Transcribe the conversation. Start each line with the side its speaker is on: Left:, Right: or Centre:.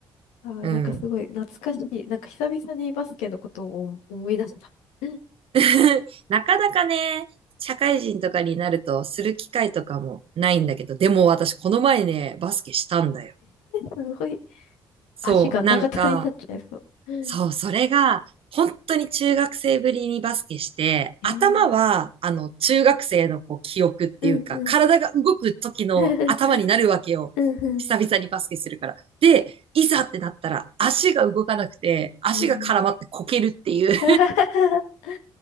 Left: あー、
Right: うん。
Left: なんかすごい懐かしい。なんか久々にバスケのことを思い出した。<laughs> うん
Right: <laughs> なかなかね、社会人とかになるとする機会とかもないんだけど、でも私この前ね、バスケしたんだよ。
Left: すごい
Right: そう、
Left: 足ガタガタになっちゃいそう。
Right: なんか、
Left: うん
Right: そう、それが、本当に中学生ぶりにバスケして、
Left: えー、
Right: 頭は、あの、中学生のこう記憶っていうか、
Left: うんうん。
Right: 体が動く時の頭になるわけよ。
Left: <laughs> うんうん。
Right: 久々にバスケするから。で、いざってなったら、足が動かなくて、足が絡まってこけるっていう
Left: うん。<laughs>